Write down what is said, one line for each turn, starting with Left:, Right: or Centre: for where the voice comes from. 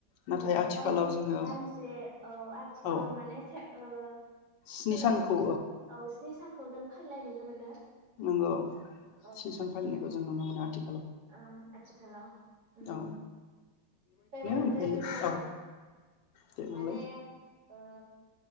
Left: नाथाय
Right: औ
Left: आथिखालाव
Right: दान-दानसे
Left: जोङो
Right: औ आथिखालाव
Left: औ
Right: माने से ओ
Left: स्नि
Right: सेभेन
Left: सानखौ
Right: औ स्नि सानखौ जों फाल <unintelligible> नुनो मोनो।
Left: नंगौ
Right: औ
Left: स्नि सान फालिनायखौ जों नुनो मोनो आथिखाल
Right: औ आथिखालाव उम।
Left: औ
Right: बेबायदिनो
Left: ओमफ्राय
Right: जोङो
Left: औ दे
Right: माने
Left: बुंलाय
Right: ओ